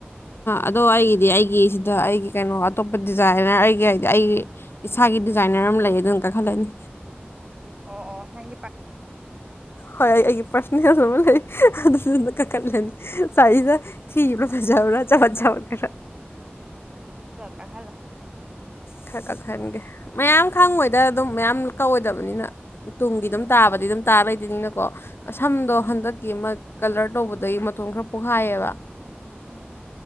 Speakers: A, on the left (about 70°); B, on the right (about 25°).
A: ꯑꯗꯣ ꯑꯩꯒꯤꯗꯤ ꯑꯩꯒꯤꯁꯤꯗ ꯑꯩꯒꯤ ꯀꯩꯅꯣ ꯑꯇꯣꯞꯄ ꯗꯤꯖꯥꯏꯅꯔ ꯑꯩꯒꯤ ꯍꯥꯏꯗꯤ ꯑꯩꯒꯤ ꯏꯁꯥꯒꯤ ꯗꯤꯖꯥꯏꯅꯔ ꯑꯃ ꯂꯩ ꯑꯗꯨꯅ ꯀꯥꯏꯈꯠꯂꯅꯤ
B: ꯑꯣ ꯑꯣ ꯅꯪ
A: ꯍꯣꯏ ꯑꯩ ꯑꯩꯒꯤ ꯄꯥꯔꯁꯅꯦꯜ ꯑꯃ ꯂꯩ ꯑꯗꯨꯗꯨꯅ ꯀꯥꯈꯠꯂꯅꯤ ꯆꯥꯛꯏꯗ ꯊꯤꯔꯤꯕ꯭ꯔ ꯐꯖꯥꯕ꯭ꯔ <unintelligible>
B: ꯄꯥꯍꯜꯂꯣ
A: ꯈꯔ ꯀꯛꯍꯟꯒꯦ ꯃꯌꯥꯝ ꯈꯪꯉꯣꯏꯗ ꯑꯗꯨꯝ ꯃꯌꯥꯝ ꯀꯛꯑꯣꯏꯗꯕꯅꯤꯅ ꯇꯨꯡꯗꯤ ꯑꯗꯨꯝ
B: ꯎꯝ
A: ꯇꯥꯕꯗꯤ ꯑꯗꯨꯝ ꯇꯥ ꯂꯩꯗꯣꯅꯤꯅ ꯀꯣ ꯁꯝꯗꯣ
B: ꯎꯝ
A: ꯍꯟꯗꯛꯀꯤ ꯑꯃ ꯀꯂꯔ ꯇꯧꯕꯗꯩ ꯃꯇꯣꯟ ꯈꯔ ꯄꯣꯛꯈꯥꯏꯌꯦꯕ
B: ꯎꯝ